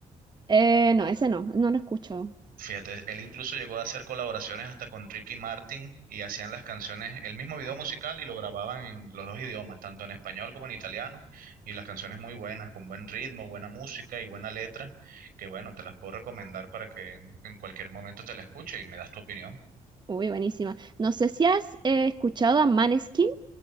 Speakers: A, on the right; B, on the right.
A: Eh, no, ese no, no lo escucho.
B: Fíjate, él incluso llegó a hacer colaboraciones hasta con Ricky Martin y hacían las canciones, el mismo video musical y lo grababan en los dos idiomas, tanto en español como en italiano, y las canciones muy buenas, con buen ritmo, buena música y buena letra, que bueno, te las puedo recomendar para que en en cualquier momento te la escuche y me das tu opinión.
A: Uy, buenísima. No sé si has eh, escuchado a Maneskin.